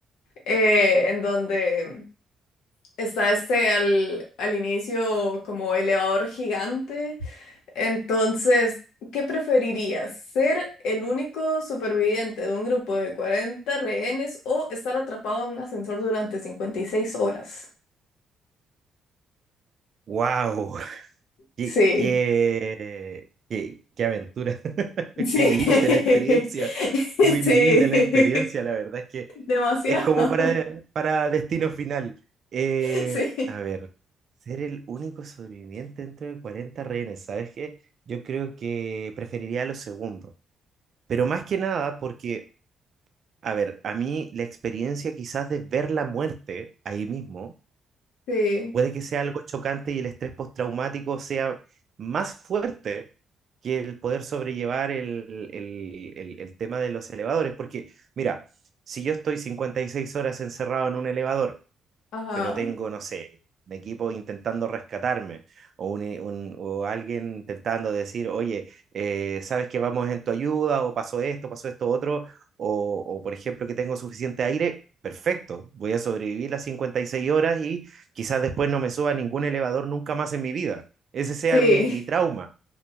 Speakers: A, on the left (about 85°); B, on the right (about 55°).
A: eh, en donde está este al, al inicio como elevador gigante. Entonces, ¿qué preferirías? ¿Ser el único superviviente de un grupo de 40 rehenes o estar atrapado en un ascensor durante 56 horas?
B: wow. Qué,
A: Sí,
B: qué, qué, qué aventura, <laughs>
A: sí,
B: qué límite la experiencia,
A: <laughs>
B: muy
A: sí,
B: límite la experiencia,
A: <laughs>
B: la verdad es que
A: demasiado.
B: es como para, para destino final. Eh,
A: <laughs> Sí,
B: a ver, ser el único sobreviviente dentro de 40 rehenes, ¿sabes qué? Yo creo que preferiría lo segundo, pero más que nada porque, a ver, a mí la experiencia quizás de ver la muerte ahí mismo
A: sí,
B: Puede que sea algo chocante y el estrés postraumático sea más fuerte que el poder sobrellevar el, el- el- el tema de los elevadores. Porque, mira, si yo estoy 56 horas encerrado en un elevador
A: ajá.
B: pero tengo, no sé, un equipo intentando rescatarme o, un, eh, un- o alguien intentando decir, oye, eh, sabes que vamos en tu ayuda o pasó esto, pasó esto otro, o, o por ejemplo que tengo suficiente aire, perfecto, voy a sobrevivir las 56 horas y quizás después no me suba a ningún elevador nunca más en mi vida. Ese sea
A: Sí,
B: mi, mi trauma,